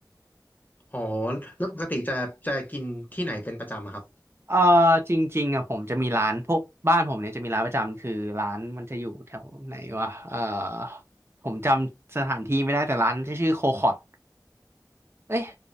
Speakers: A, on the left; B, on the right.
A: อ๋อแล้วปกติจะจะกินที่ไหนเป็นประจำอะครับ
B: เอ่อจริงๆอ่ะผมจะมีร้านพวกบ้านผมเนี่ยจะมีร้านประจำคือร้านมันจะอยู่แถวไหนวะเอ่อผมจำสถานที่ไม่ได้แต่ร้านที่ชื่อโคคอต เอ้ย